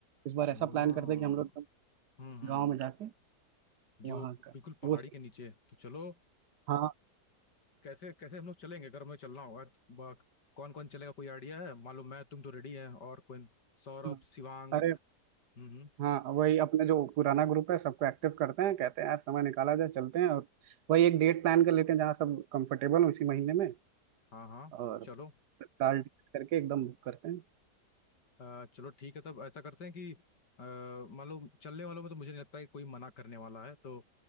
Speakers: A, on the right; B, on the left.
A: इस बार ऐसा
B: हम्म,
A: प्लान
B: हाँ
A: करते हैं कि हम लोग एकदम
B: हम्म हम्म
A: गांव में जाके
B: जो
A: वहाँ का
B: बिल्कुल पहाड़ी
A: वो सही
B: के नीचे तो चलो
A: हाँ
B: कैसे कैसे हम लोग चलेंगे अगर हमें चलना होगा कौन कौन चलेगा कोई आइडिया है मालूम मैं तुम तो रेडी है और कोई सौरभ
A: हाँ
B: शिवांग
A: अरे
B: हम्म हम्म,
A: हाँ वही अपने जो पुराना ग्रुप है सबको एक्टिव करते हैं कहते हैं यार समय निकाला जाए चलते हैं और वही एक डेट प्लान कर लेते हैं जहाँ सब कंफर्टेबल हो इसी महीने में
B: हाँ हाँ
A: और
B: चलो
A: तत्काल करके एकदम बुक करते हैं
B: अ, चलो ठीक है तब ऐसा करते हैं कि अ, मालूम चलने वालों में तो मुझे नहीं लगता कि कोई मना करने वाला है तो